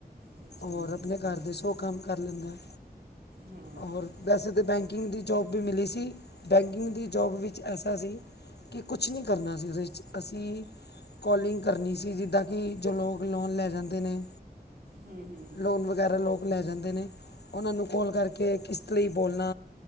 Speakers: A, on the right; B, on the left.
A: ਬੱਚਿਆਂ
B: ਔਰ
A: ਨੂੰ ਦੇਖ
B: ਆਪਨੇ
A: ਲੈਂਦਾ
B: ਘਰ ਦੇ ਸੌ ਕੰਮ ਕਰ ਲੈਂਦਾ ਏ।
A: ਹਾਂ
B: ਔਰ ਵੈਸੇ ਤਾਂ ਬੈਂਕਿੰਗ ਦੀ ਜੋਬ ਵੀ ਮਿਲੀ ਸੀ ਬੈਂਕਿੰਗ ਦੀ ਜੋਬ ਵੀ ਵਿੱਚ ਐਸਾ ਸੀ ਕੇ ਕੁਛ ਨੀ ਕਰਨਾ ਸੀ ਓਦੇ ਵਿੱਚ ਅਸੀਂ। ਕੋਲਿੰਗ ਕਰਨੀ ਸੀ ਜਿੱਦਾਂ ਕੇ ਜੋ ਲੋਕ ਲੋਨ ਲੈ ਜਾਂਦੇ ਨੇ।
A: ਹੂੰ-ਹੂੰ।
B: ਲੋਨ ਵਗੈਰਾ ਲੋਕ ਲੈ ਜਾਂਦੇ ਨੇ ਓਨਾਂ ਨੂੰ ਕੋਲ ਕਰਕੇ ਕਿਸ਼ਤ ਲਈ ਬੋਲਨਾ।